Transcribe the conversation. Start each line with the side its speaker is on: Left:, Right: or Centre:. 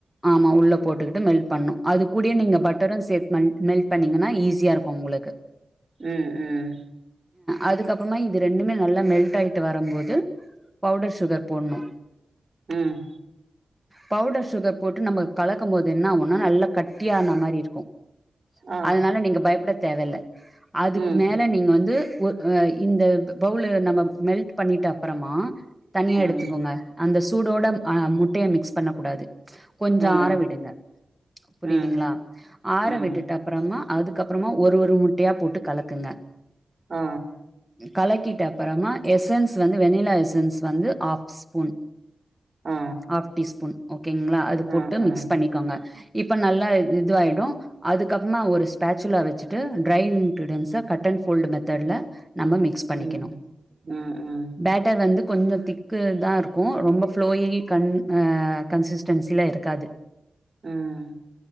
Centre: ஆமா உள்ள போட்டுக்கிட்டு மெல்ட் பண்ணு அது கூடிய நீங்க பட்டரு சேத்து மெல்ட் பண்ணீங்கன்னா ஈஸியா இருக்கு உங்களுக்கு
Right: ம் ம்
Centre: அதுக்கப்பறமா இது ரெண்டுமே நல்லா மெல்ட் ஆகிட்டு வருபோது பவுடர் சுகர் போடணு
Right: ம்
Centre: பவுடர் சுகர் போட்டு நம்ம கலக்கு போது என்ன ஆகும்னா நல்ல கட்டியான மாதிரி இருக்கு
Right: ஆ
Centre: அதனால நீங்க பயப்பட தேவை இல்ல அதுக்கு
Right: ம்
Centre: மேலே நீங்க வந்து ஒ அ இந்த பவுல நம்ம மெல்ட் பண்ணிட்டா அப்பறமா தனியா
Right: ம்
Centre: எடுத்துக்கோங்க அந்த சூடோட அ முட்டய மிக்ஸ் பண்ணக்கூடாது கொஞ்ச
Right: ம்
Centre: ஆற விடுங்க புரியுதுங்களா
Right: ம்
Centre: ஆற
Right: ம்
Centre: விட்டுட் அப்பறமா அதுக்கப்பறமா ஒரு ஒரு முட்டையா போட்டு கலக்குங்க
Right: ஆ
Centre: கலக்கிட்ட அப்பறமா எசன்ஸ் வந்து வெண்ணிலா எசன்ஸ் வந்து ஹாஃப் ஸ்பூன்
Right: ஆ
Centre: ஹாப் டீஸ் ஸ்பூன் ஓகேங்களா அது போட்டு
Right: ஆ ஆ
Centre: மிக்ஸ் பண்ணிக்கோங்க இப்ப நல்லா இது ஆயிடும் அதுக்கப்பறமா ஒரு ஸ்பேச்சுலா வச்சுட்டு dry ingredients cut and fold மெத்தட்ல நம்ம மிக்ஸ் பண்ணிக்கணு
Right: ம் ம் ம்
Centre: பேட்டர் வந்து கொஞ்ச திக்கு தா இருக்கும் ரொம்ப ஃப்ளோயி கண் ஆ கன்சிஸ்டன்சில இருக்காது
Right: ம்